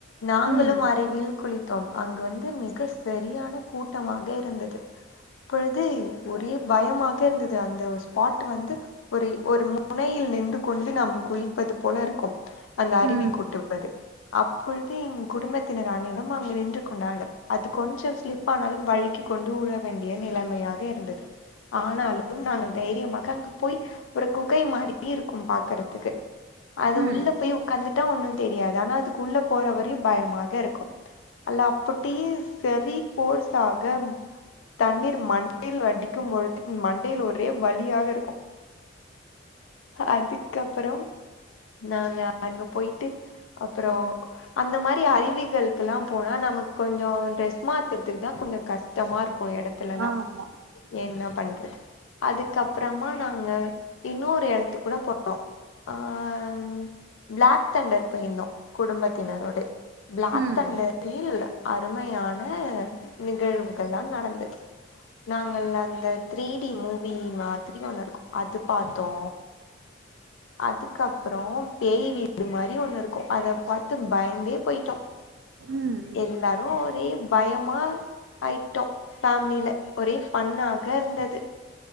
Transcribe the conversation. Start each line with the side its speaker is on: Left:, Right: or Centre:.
Left: நாங்களும்
Right: ம்
Left: அறுவியில் குளித்தோம் அங்கு வந்து மிக சரியான கூட்டமாக இருந்தது அப்பொழுது ஒரே பயமாக இருந்தது அந்த ஸ்பாட் வந்து ஒரி ஒரு முனையில் நின்று கொண்டு நாம் குளிப்பது போல ருக்கும் அந்த அருவி
Right: ம்
Left: கொட்டுவது அப்பொழுது என் குடும்பத்தினர் அனைவரும் அங்கு நின்று கொண்டார்கள் அது கொஞ்சம் சிலிப் ஆனாலும் வலிக்கி கொண்டு உழ வேண்டிய நிலைமையாக இருந்தது ஆனாலும் நாங்கள் தைரியமாக அங்கு போய் ஒரு குகை மாதிரி இருக்கும் பாக்குறதுக்கு அது
Right: ம்
Left: உள்ள போய் உட்காந்துட்டா ஒன்னு தெரியாது ஆனா அதுக்கு உள்ள போற வரையு பயமாக இருக்கும் அல்லா அபிட்டி சரி ஃபோர்சாக தண்ணீர் மண்டையில் அடிக்கும் பொழுது மண்டையில் ஒரே வலியாக ருக்கு அதுக்கப்பரோ நாங்க அங்க போயிட்டு அப்பரோ அந்த மாரி அறிவிகளுக்குல்லா போனா நமக் கொஞ்சோ ட்ரெஸ் மாத்துறதுக்கு தா கொஞ்ச கஷ் டமா ருக்கு எடத்துலல்லா
Right: ஆமா
Left: என்ன பண்றது அதுக்கப்றமா நாங்க இன்னொரு எடத்து கூட போனோ ஆ ம் பிளாக் தண்டர் போயிருந்தோ குடும்பத்தினரோடு ப்ளாக்
Right: ம்
Left: தண்டரில் அருமையான நிகழ்வுகல்லா நடந்தது நாங்கள் அந்த த் ரீ டி மூவி மாதிரி ஒண்ணு இருக்கும் அது பாத்தோ அதுக்கப்றோ பேய் வீடு மாரி ஒண்ணு இருக்கு அத பாத்து பயந்தே போய்ட்டோ
Right: ம்
Left: யெல்லாரு ஒரே பயமா ஆயிட்டோ ஃபேமிலில ஒரே ஃபன்னாக இருந்தது